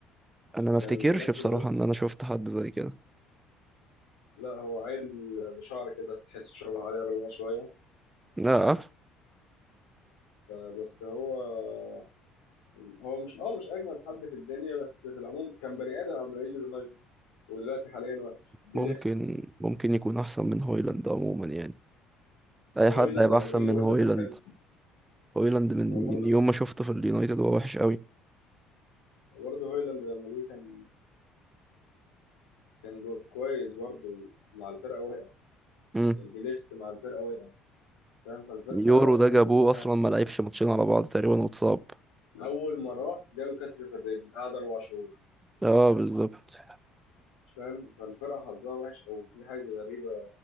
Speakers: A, on the right; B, on the left.
A: أنا ما افتكرش
B: كان هناك
A: بصراحة
B: في الد...
A: إن أنا شفت حد زي كده
B: لا هو عيل بشعر كده تحسه شبه علي ربيع شويه
A: لا
B: آه، بس هو آه، هو مش اه مش اجمد حد في الدنيا بس في العموم كان بني ادم قبل ما يجي اليونايتد ودلوقتي حاليا وحش دي
A: ممكن
B: ليخت
A: ممكن يكون أحسن من هويلاند عموما يعني أي
B: وهويلاند
A: حد هيبقى
B: قبل
A: أحسن
B: ما يجي
A: من
B: برده
A: هويلاند
B: كان حلو
A: هويلاند من
B: وبرضه
A: من يوم ما شفته في اليونايتد هو وحش قوي
B: برضه هويلاند لما جه كان كان جو كويس برضه مع الفرقة وقع
A: امم
B: جليخت مع الفرقة وقع فاهم فالفرقة
A: اليورو ده
B: تحس
A: جابوه
B: إن فيها
A: اصلا ما لعبش ماتشين على بعض تقريبا واتصاب
B: أول ما راح جاله كسر في الرجل قعد أربع شهور
A: اه بالظبط
B: مش فاهم فالفرقة حظها وحش أو في حاجة غريبة